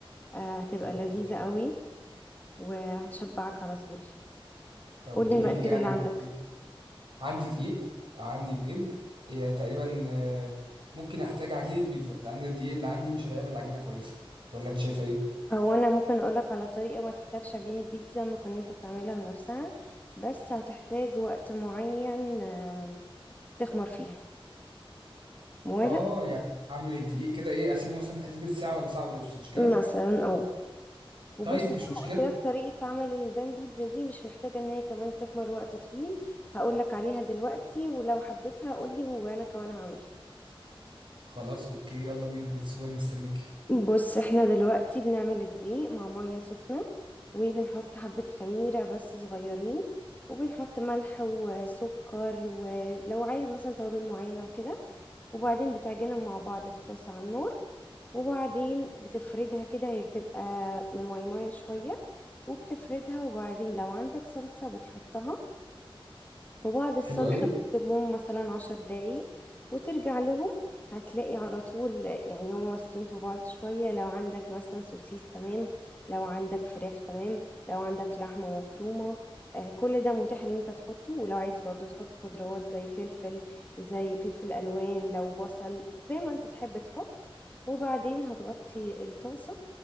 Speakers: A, on the left; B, on the right.
A: آه، هتبقى
B: طب
A: لذيذة
B: حلو قوي
A: قوي وهتشبعك على طول
B: طب
A: قولي
B: قولي
A: المقادير
B: لي كده
A: اللي
B: هنبدا
A: عندك
B: بايه عندي دقيق عندي بيض يعني تقريبا آه، ممكن احتاج عجينه بيتزا لان الدقيق اللي عندي مش هيعمل عجينه كويسه ولا انت شايفه ايه
A: او انا ممكن اقولك على طريقة ما تحتاجش عجينة بيتزا ممكن انت تعملها بنفسها بس هتحتاج وقت معين آه، تخمر فيها موافق
B: اه يعني هعمل الدقيق كده ايه اسيبه مثلا حسبة ساعة ولا ساعة ونص مش كده
A: مثلا اه وبص
B: طيب مش
A: زي
B: مشكلة
A: ما قلت لك طريقة عمل البان بيتزا دي مش محتاجة ان هي كمان تخمر وقت طويل هقول لك عليها دلوقتي ولو حبيتها قول لي وانا كمان هعملها
B: خلاص اوكي يلا بينا ليتس جو انا مستنيك
A: بص احنا دلوقتي بنعمل الدقيق مع مية سخنة وبنحط حبة خميرة بس صغيرين وبنحط ملح وسكر ولو عايز مثلا توابل معينة وكده وبعدين بتعجنهم مع بعض في طاسة على النار وبعدين بتفردها كده هي بتبقى ماي ماي شوية وبتفردها وبعدين لو عندك صلصة بتحطها وبعد الصلصة
B: حلو قوي
A: بتسيبهم مثلا عشر دقايق وترجع لهم هتلاقي على طول يعني هما ماسكين في بعض شوية لو عندك مثلا سوسيس تمام لو عندك فراخ تمام لو عندك لحمة مفرومة آه كل ده متاح ان انت تحطه ولو عايز برضو تحط خضروات زي فلفل زي فلفل الوان لو بصل زي ما انت تحب تحط وبعدين هتغطي الطاسة